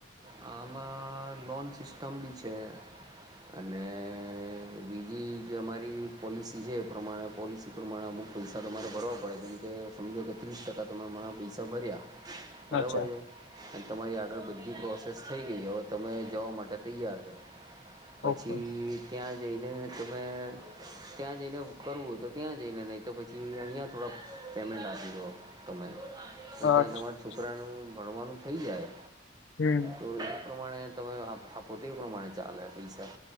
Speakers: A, on the right; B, on the left.
A: આમાં લોન સિસ્ટમ બી છે અને બીજી જે અમારી પોલિસી છે એ પ્રમાણે પોલિસી પ્રમાણે અમુક પૈસા તમારે ભરવા પડે કેમકે સમજો કે ત્રીસ ટકા તમેણા પૈસા ભર્યા બરાબર
B: અચ્છા
A: છે, અને તમારી આગળ બધી પ્રો સક્સેસ થઈ ગઈ હવે તમે જવા માટે તૈયાર છો. પછી
B: ઓકે
A: ત્યાં જઈને તમે ત્યાં જઈને કરવું હો તો ત્યાં જઈને નહીં તો પછી અહીંયા થોડાક પેમેન્ટ આપી દો તમે. ત્યાં
B: અચ્છા
A: તમાર છોકરાનું ભણવાનું થઈ જાય.
B: હમ
A: હ. પ્રમાણે તમે આપો તે એ પ્રમાણે ચાલે પૈસા.